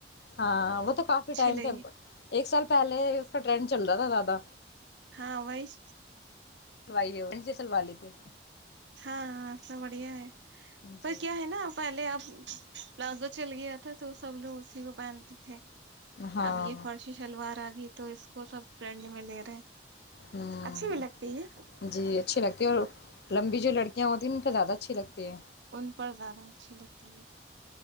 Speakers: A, on the left; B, on the right.
A: ہاں وہ تو کافی ٹائم
B: لگی
A: پے ایک سال پہلے اس کا ٹرینڈ چل رہا تھا زیادہ
B: ہاں وہائش
A: سلوائیے سے سلوا لی تھی
B: ہاں سب بڑھیا ہے پر
A: جی
B: کیا ہے نا پہلے اب پلازو چل گیا تھا تو سب لوگ اسی کو پہنتے تھے
A: ہاں
B: اب یہ فرشی شلوار آ گئی تو اس کو سب ٹرنڈ میں لے رہے
A: ہوں
B: اچھی بھی لگتی ہے
A: جی اچھی لگتی اور لمبی جو لڑکیاں ہوتی ہیں ان پہ زیادہ اچھی لگتی ہیں
B: ان پر زیادہ اچھی لگتی تی ہے